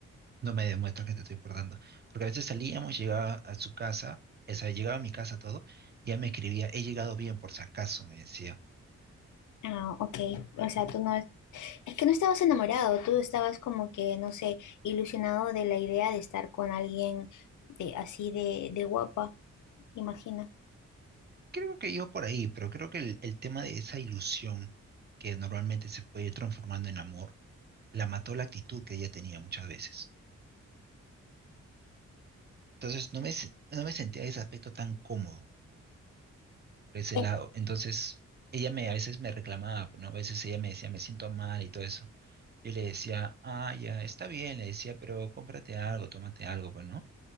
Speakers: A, on the right (about 30°); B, on the left (about 65°).
A: no me demuestras que te estoy importando. Porque a veces salíamos, llegaba a su casa, o sea, llegaba a mi casa todo, y ella me escribía, he llegado bien por si acaso, me decía.
B: Ah, ok. O sea, tú no, es que no estabas enamorado, tú estabas como que, no sé, ilusionado de la idea de estar con alguien de así de, de guapa, imagina.
A: Creo que iba por ahí, pero creo que el, el tema de esa ilusión que normalmente se puede ir transformando en amor, la mató la actitud que ella tenía muchas veces. Entonces no me, se- no me sentía en ese aspecto tan cómodo por ese
B: Eh,
A: lado. Entonces, ella me, a veces me reclamaba, pues, ¿no? A veces ella me decía, me siento mal y todo eso. Yo le decía, ah, ya, está bien, le decía, pero cómprate algo, tómate algo, pues, ¿no?